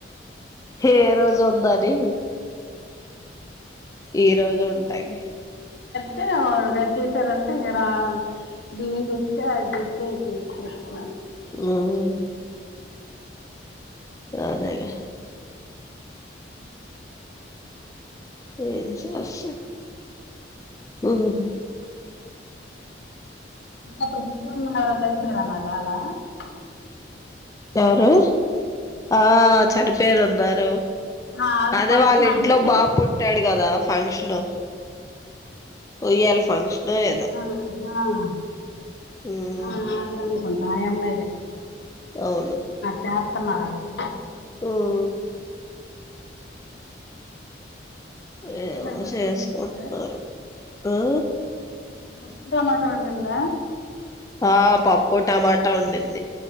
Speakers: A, on the left (about 20°); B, on the left (about 65°).
A: ఏ రోజుందనీ ఈ రోజు ఉంటాకి
B: టె గట్టేసారంట ఇంగ రా దీన్ దెచ్చి అది దేస్తే ఐపోయేది <unintelligible>
A: ఉమ్ అదేగ
B: అ
A: ఏ చేస ఉమ్
B: అప్పుడు ముర కనిపారన్న రాల <unintelligible> <inaudible>
A: ఎవరు ఆ చనిపోయారు అన్నారు
B: ఆ ఆల్ది
A: అదే
B: ఫంక్షన్
A: వాళ్ళ ఇంట్లో
B: అనింది
A: బాబు పుట్టాడు కదా ఫంక్షన్ ఉయ్యాల ఫంక్షన్ ఏదో
B: ఆ ఆ
A: ఉమ్
B: ఆ వల్ది అనుకుంటా అమ్మాయిదే
A: అవును
B: చేస్తున్నారు అ
A: ఉమ్
B: పప్పు
A: ఏమో
B: టమాటా
A: చేసుకుంటున్నారు
B: వండిందా
A: ఆ
B: పప్పు టమాటో వండింద
A: ఆ పప్పు టమాటా వండింది